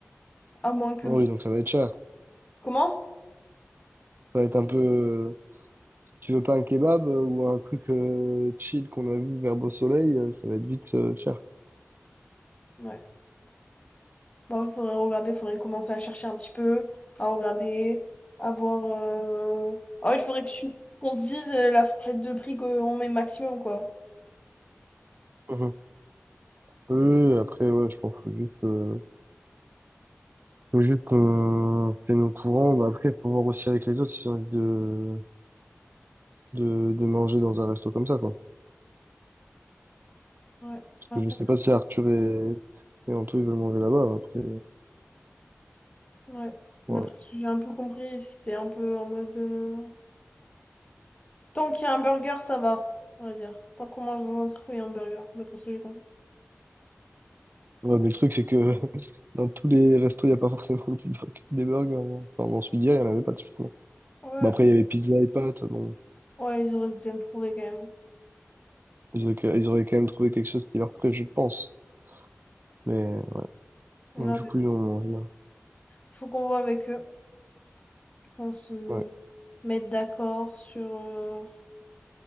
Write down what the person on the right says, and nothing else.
Oui,
donc ça va être cher.
Ça va être un peu. Tu veux pas un kebab euh, ou un truc euh, chill qu'on a vu vers Beau Soleil, euh, ça va être vite euh, cher.
Mhm. Oui, oui, après, ouais, je pense qu'il faut juste, euh, faut juste qu'on fait nos courants. Bah, après, il faut voir aussi avec les autres si j'ai envie de, de, de manger dans un resto comme ça, quoi.
Parce
que je sais pas si Arthur et, et Anto, ils veulent manger là-bas. Après,
voilà.
Ouais, mais le truc, c'est que <laughs> dans tous les restos, il n'y a pas forcément <laughs> du- des burgers. hein. Enfin, dans celui-là, il n'y en avait pas de suite.
Bon, après, il y avait pizza et pâtes. Bon,
ils auraient, ils auraient quand même trouvé quelque chose qui leur plaît, je pense. Mais bon,
du
coup, ils ont mangé. hein.
Ouais.